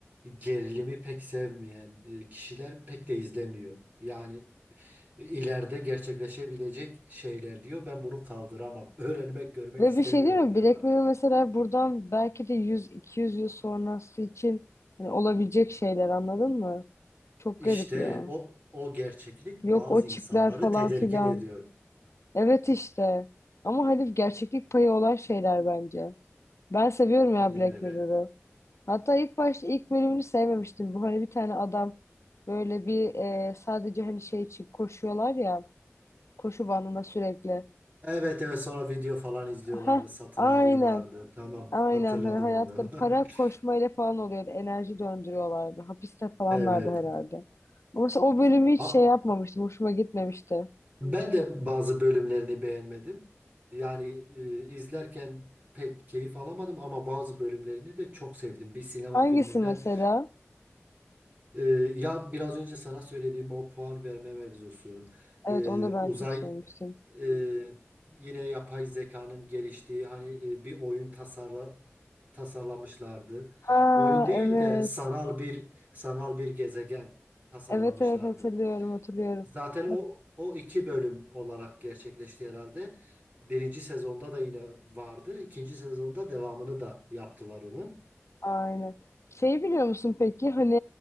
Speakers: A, on the right (about 30°); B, on the left (about 75°).
A: Gerilimi pek sevmeyen e, kişiler pek de izlemiyor. Yani ileride gerçekleşebilecek şeyler diyor. Ben bunu kaldıramam. Öğrenmek, görmek
B: Ve
A: istemiyorum
B: bir şey değil mi?
A: diyorlar.
B: Black Mirror mesela buradan belki de 100-200 yıl sonrası için hani olabilecek şeyler anladın mı? Çok
A: İşte
B: garip ya.
A: o o gerçeklik
B: Yok
A: bazı
B: o
A: insanları
B: çipler falan
A: tedirgin
B: filan.
A: ediyor.
B: Evet işte. Ama hani gerçeklik payı olan şeyler bence. Ben seviyorum ya
A: Aynen
B: Black
A: öyle.
B: Mirror'ı. Hatta ilk başta ilk bölümünü sevmemiştim. Bu hani bir tane adam böyle bir e, sadece hani şey için koşuyorlar ya. Koşu bandında sürekli.
A: Evet evet sonra video falan izliyorlardı,
B: Heh,
A: satın
B: aynen.
A: alıyorlardı. Tamam,
B: Aynen
A: hatırladım
B: hani hayatları
A: onu.
B: para
A: <laughs>
B: koşmayla falan oluyordu. Enerji döndürüyorlardı. Hapiste falanlardı
A: Evet.
B: herhalde. Ama mesela o bölümü
A: A-
B: hiç şey yapmamıştım. Hoşuma gitmemişti.
A: ben de bazı bölümlerini beğenmedim. Yani e, izlerken pek keyif alamadım ama bazı bölümlerini de çok sevdim. Bir sinema
B: Hangisi
A: filminden
B: mesela?
A: e, ya biraz önce sana söylediğim o puan verme mevzusu,
B: Evet
A: e,
B: onu da ben
A: uzay
B: çok sevmiştim.
A: Ee, yine yapay zekanın geliştiği hani e, bir oyun tasarla tasarlamışlardı.
B: Ha
A: Oyun değil
B: evet.
A: de sanal bir sanal bir gezegen tasarlamışlardı.
B: Evet evet hatırlıyorum hatırlıyorum.
A: Zaten
B: Hat
A: o o iki bölüm olarak gerçekleşti herhalde. Birinci sezonda da yine vardı. İkinci sezonda devamını da yaptılar onun.
B: Aynen. Şey biliyor musun peki hani